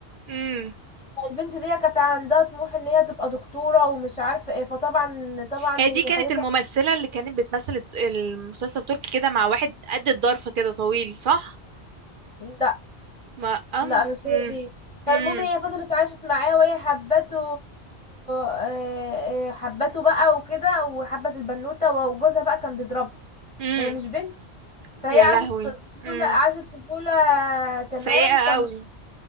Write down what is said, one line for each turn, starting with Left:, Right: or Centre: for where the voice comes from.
Right: امم
Left: البنت دي كانت عندها طموح ان هي تبقى دكتورة ومش عارفة ايه فطبعا طبعا
Right: هي دي
Left: هي
Right: كانت
Left: خدتها
Right: الممثلة اللي كانت بتمثل الت- المسلسل التركي كده مع واحد قد الضرفة كده طويل صح؟
Left: لا
Right: ما أم
Left: لا مش
Right: مم.
Left: هي دي فالمهم
Right: مم.
Left: هي فضلت عاشت معاه وهي حبته آه، آه، حبته بقى وكده وحبت البنوتة وجوزها بقى كان بيضربها
Right: مم.
Left: ما هي مش بنت فهي
Right: يا
Left: عاشت
Right: لهوي مم.
Left: طفولة عاشت طفولة تمام
Right: سيئة
Left: فما
Right: قوي